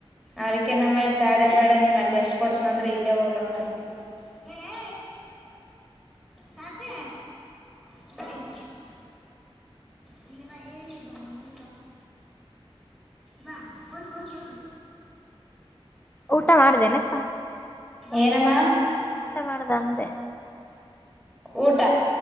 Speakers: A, in the centre; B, on the left (about 15°).
A: ಅದಕ್ಕೆ ನಮ್ಮ ಬ್ಯಾಡೆ ಬ್ಯಾಡ ನೀನ್ ಅಲ್ ಎಷ್ಟ್ ಕೊಡ್ತನ ಅಂದ್ರ ಇಲ್ಲೇ ಹೋಗ. ತ ಹೇ ಲೇ ಸಾಕ್ಷಿ ಸ <unintelligible> ನಿವ ಏನ ಬ ನೀ ಬಾ ಓಡ್ಬ ಓಡ್ಬ ಓಡ್ಬ.
B: ಊಟ ಮಾಡ್ದೇನಪ್ಪ.
A: ಏನಮ್ಮಾ
B: ಮಾಡ್ದ ಅಂದೆ
A: ಊಟ.